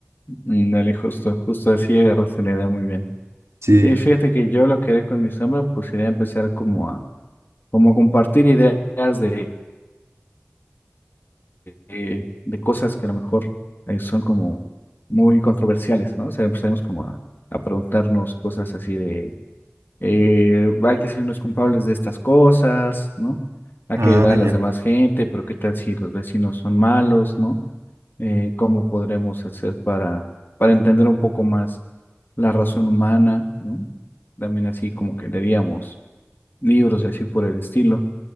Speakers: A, on the left; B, on the right.
A: Ándale, justo, justo así agarraste la idea muy bien.
B: Sí.
A: Sí, fíjate que yo lo que haré con mi sombra, pues sería empezar como a, como a compartir ideas de, de, de cosas que a lo mejor eh, son como muy controversiales, ¿no? O sea, empezaremos como a, a preguntarnos cosas así de eh, hay que ser los culpables de estas cosas, ¿no? Hay
B: Ah,
A: que ayudar a las
B: ya.
A: demás gente, pero ¿qué tal si los vecinos son malos, ¿no? Eh, ¿cómo podremos hacer para, para entender un poco más la razón humana, ¿no? También así como que leeríamos libros y así por el estilo.